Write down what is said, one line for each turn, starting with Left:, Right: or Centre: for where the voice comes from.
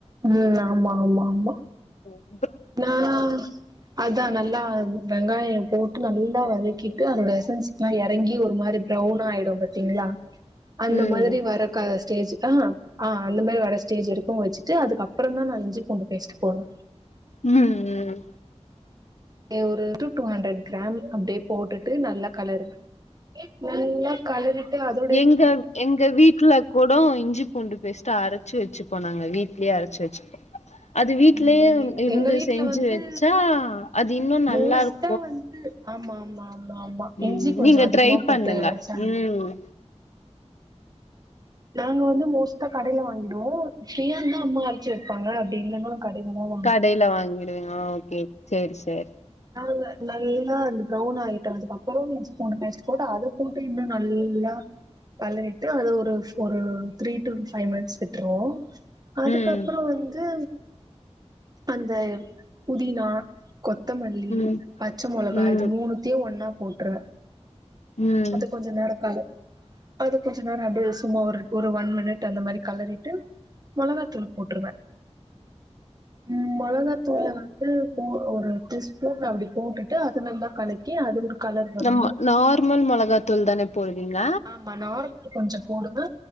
Right: ம் ஆமா ஆமா ஆமா
Left: <inaudible>
Right: நா அதா நல்லா வெங்காயம் போட் டு நல்லா வதக்கிட்டு அதோட எசன்ஸ்ல்லா எறங்கி ஒரு மாரி ப்ரவுனா ஆயிடும் பாத்தீங்ளா அந்த
Left: ம்
Right: மாரி வரக்க ஸ்டேஜ் ஆ ஆ அந்த மாரி வர ஸ்டேஜ் வரைக்கூ வச்சுட்டு அதுக்கப்பறந் தா நா இஞ்சிபூண்டு பேஸ்ட் போடுவே
Left: ம் ம்
Right: ஏ ஒரு டு டூ ஹண்ட்ரட் கிராம் அப்டியே போட்டுட்டு நல்லா கலருவ நல்லா கலரிட்டு அது
Left: எங்க எங்க வீட்ல கூடொ இஞ்சி பூண்டு பேஸ்ட் அரச்சு வச்சுபோனாங்க வீட்லயே அரச்சுவச்சுபோ அது வீட்லயே
Right: ம் எங்
Left: இருந்து
Right: எங்க வீட்ல
Left: செஞ்சு
Right: வந்து
Left: வச்சா அது இன்னு நல்லாருக்
Right: மோஸ்ட்டா ஆமா ஆமா ஆமா ஆமா
Left: ம்
Right: இஞ்சி கொஞ்சோ
Left: நீங்க
Right: அதிகமா
Left: ட்ரை பண்ணுங்க
Right: போட்டு அரச்சாங்க
Left: ம்
Right: நாங்க வந்து மோஸ்ட்டா கடையில வாங்கிடுவோ ஃபிரியா இருந்தா அம்மா அரச்சி வப்பாங்க அப்டி இல்லன்னா கடைல தா வாங்
Left: கடையில வாங்கிடுவிங்க ஓகே செரி செரி
Right: நாங்க நல்லா அந்த ப்ரௌன் ஆயிட்ட அதுக்கப்பறொ இஞ்சி பூண்டு பேஸ்ட் போட்டு அத போட்டு இன்னு நல்லா கலரிட்டு அது ஒரு ஒரு த்ரீ டு ஃபைவ் மினிட்ஸ் விட்டுருவோ அதுக்கப்பறொ
Left: ம்
Right: வந்து அந்த புதினா கொத்தமல்லி
Left: ம்
Right: பச்ச மொளகா
Left: ம்
Right: இது மூணுத்தையு ஒன்னா போட்ருவே
Left: ம்
Right: அது கொஞ்ச நேரொ கலரு அது கொஞ்ச நேரொ அப்டே சும்மா ஒரு ஒரு ஒன் மினிட் அந்த மாரி கலறிட்டு மொளகாத்தூள் போட்ருவே ம் மொளகாத்தூள வந்து போ ஒரு ஒரு ஸ்பூன் அப்டி போட்டுட்டு அத நல்லா கலக்கி அது ஒரு கலர் வரும்ல
Left: நம் நார்மல் மொளகாத்தூள் தானே போடுவீங்க
Right: ஆமா நார்ல கொஞ்சொ போடுவ